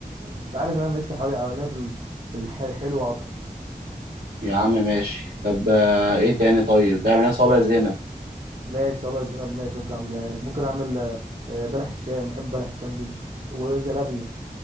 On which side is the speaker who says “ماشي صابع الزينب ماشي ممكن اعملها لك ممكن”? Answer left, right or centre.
Right